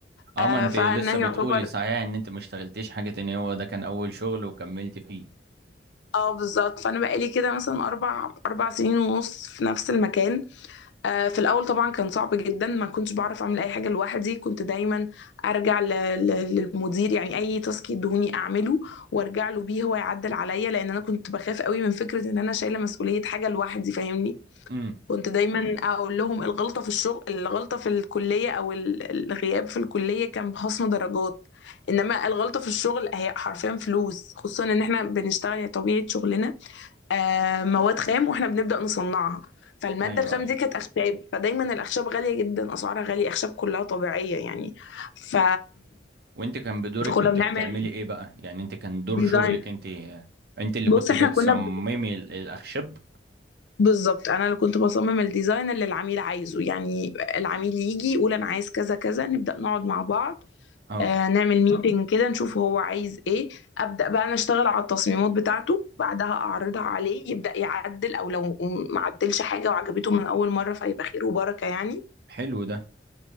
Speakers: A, on the right; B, on the left.
A: اه
B: آه
A: ما انت
B: فانا
A: لسه
B: يعتبر
A: بتقولي صحيح ان انت ما اشتغلتيش حاجة تانية هو ده كان اول شغل وكملت فيه
B: اه بالظبط فانا بقالي كده مثلا اربع اربع سنين ونص في نفس المكان آه في الاول طبعا كان صعب جدا ما كنتش بعرف اعمل اي حاجه لوحدي كنت دايما ارجع ل- ل- للمدير يعني اي تاسك يدهوني اعمله وارجع له بيه هو يعدل عليا لان انا كنت بخاف قوي من فكره ان انا شايله مسؤوليه حاجه لوحدي فاهمني
A: امم
B: كنت دايما اقول لهم الغلطه في الشغل الغلطه في الكليه او ال- الغياب في الكليه كان بخصم درجات انما الغلطه في الشغل هي حرفيا فلوس خصوصا ان احنا بنشتغل يعني طبيعه شغلنا آه، مواد خام واحنا بنبدأ نصنعها فالمادة
A: ايوه
B: الخام
A: ايوه
B: دي كانت أخشاب فدايما الأخشاب غالية جدا أسعارها غالية أخشاب كلها طبيعية يعني ف...
A: وانت كان بدورك
B: فكنا
A: كنت
B: بنعمل
A: بتعملي ايه بقى يعني انت كان دور
B: ديزاين
A: شغلك انت انت اللي
B: بص
A: كنت
B: احنا
A: بتصممي
B: كنا ب-
A: ال- الاخشاب
B: بالظبط أنا اللي كنت بصمم الديزاين اللي العميل عايزه يعني العميل يجي يقول أنا عايز كذا كذا نبدأ نقعد مع بعض
A: اه
B: آه، نعمل ميتنج كده نشوف هو عايز ايه ابدا بقى انا اشتغل على التصميمات بتاعته بعدها اعرضها عليه يبدا يعدل او لو ما عدلش حاجه وعجبته من اول مره فيبقى خير وبركه يعني
A: حلو ده